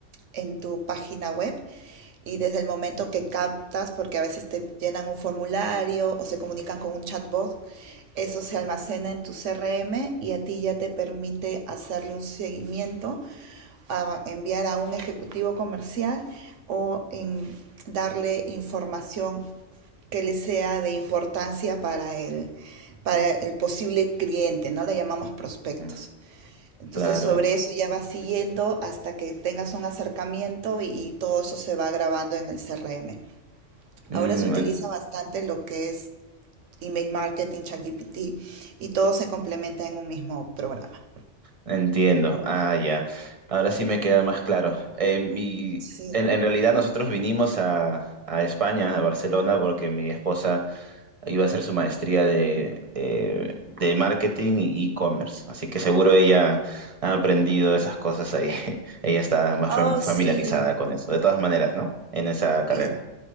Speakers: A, on the right; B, on the right.
A: en tu página web y desde el momento que captas, porque a veces te llenan un formulario o se comunican con un chatbot, eso se almacena en tu CRM y a ti ya te permite hacerle un seguimiento, a enviar a un ejecutivo comercial o en darle información que le sea de importancia para el, para el posible cliente, ¿no? Le llamamos prospectos.
B: Mm,
A: Entonces
B: Claro.
A: sobre eso ya vas siguiendo hasta que tengas un acercamiento y, y todo eso se va grabando en el CRM.
B: Mm,
A: Ahora se utiliza bastante lo que es email marketing, ChatGPT y todo se complementa en un mismo programa.
B: Entiendo. Ah, ya. Ahora sí me queda más claro. Eh, mi,
A: Sí.
B: en, en realidad nosotros vinimos a, a España, a Barcelona, porque mi esposa iba a hacer su maestría de, eh, de marketing y e-commerce. Así que seguro ella ha aprendido esas cosas ahí. <laughs> Ella está más
A: Oh,
B: fam- familiarizada
A: sí.
B: con eso. De todas maneras, ¿no? En esa carrera.
A: ¿Y,